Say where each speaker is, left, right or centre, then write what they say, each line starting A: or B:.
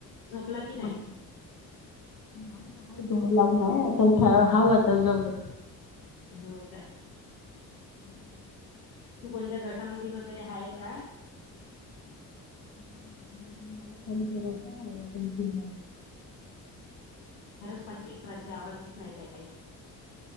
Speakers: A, on the left; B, on the left.
A: झोपला की नाही?
B: बोल. नाही <unintelligible> लावूनाय त्याल थो हाव आता जवळ घे
A: हो काय?
B: <inaudible>
A: तू कोणत्या गटामधी वगैरे आहे काय?
B: <unintelligible>
A: खरंच, पाची, प्राची, आवाजच नाही येतंय काही